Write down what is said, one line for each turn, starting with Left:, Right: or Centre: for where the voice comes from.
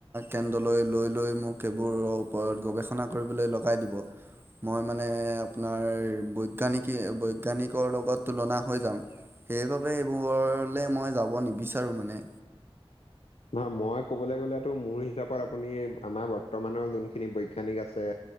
Right: কেন্দ্ৰলৈ লৈ-লৈ মোক এইবোৰ ওপৰত গৱেষণা কৰিবলৈ লগাই দিব। মই মানে আপোনাৰ বৈজ্ঞানিকী বৈজ্ঞানিকৰ লগত তুলনা হয় যাম। সেইবাবে সেইবোৰলে মই যাব নিবিচাৰোঁ মানে।
Left: নহয় মই কবলৈ গ'লোতো মোৰ হিচাপত আপুনি আমাৰ বৰ্তমানৰ যোনখিনি বৈজ্ঞানিক আছে